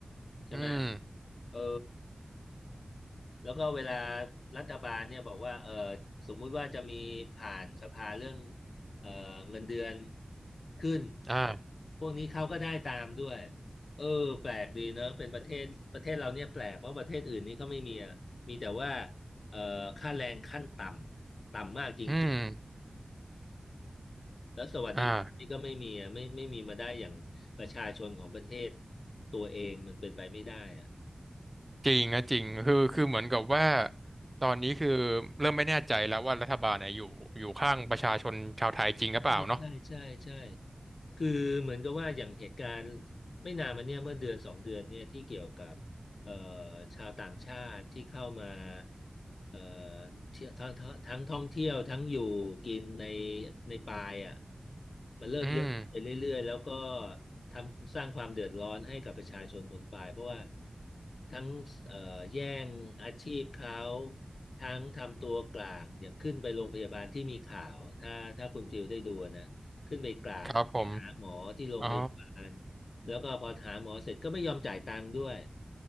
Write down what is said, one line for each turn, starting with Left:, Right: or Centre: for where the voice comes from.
Left: ใช่ไหม
Right: อืม
Left: เออ แล้วก็เวลารัฐบาลเนี่ยบอกว่าเออสมมุติว่าจะมีผ่านสภาเรื่องเออเงินเดือนขึ้น
Right: อ่า
Left: พวกนี้เขาก็ได้ตามด้วย เออแปลกดีเนอะเป็นประเทศประเทศเราเนี่ยแปลกเพราะประเทศอื่นนี่เขาไม่มีอะมีแต่ว่าเออค่าแรงขั้นต่ำ ต่ำมากจริง
Right: อืม
Left: ๆแล้วสวัสดิการนี่ก็ไม่มีอะไม่ไม่มีมาได้อย่างประชาชนของประเทศ
Right: อ่า
Left: ตัวเองมันเป็นไปไม่ได้อะ
Right: จริงนะจริงคือคือเหมือนกับว่าตอนนี้คือเริ่มไม่แน่ใจแล้วว่ารัฐบาลเนี่ยอยู่อยู่ข้างประชาชนชาวไทยจริงหรือเปล่าเนาะ
Left: ใช่ใช่ใช่ใช่ คือเหมือนกับว่าอย่างเหตุการณ์ไม่นานมาเนี่ยเมื่อเดือนสองเดือนเนี่ยที่เกี่ยวกับเอ่อชาวต่างชาติที่เข้ามาเอ่อเที่ยวทั้งทั้งทั้งท่องเที่ยวทั้งอยู่กินในในปายอ่ะมันเริ่มเยอะขึ้นไปเรื่อยๆแล้วก็
Right: อืม
Left: ทำสร้างความเดือดร้อนให้กับประชาชนคนปายเพราะว่าทั้งเอ่อแย่งอาชีพเขาทั้งทำตัวกลางอย่างขึ้นไปโรงพยาบาลที่มีข่าวถ้าถ้าคุณฟิลได้ดูนะขึ้นไปกลาง
Right: ครับผม
Left: หาหมอที่โรงพยาบาล
Right: อ๋อ
Left: แล้วก็พอหาหมอเสร็จก็ไม่ยอมจ่ายตังค์ด้วย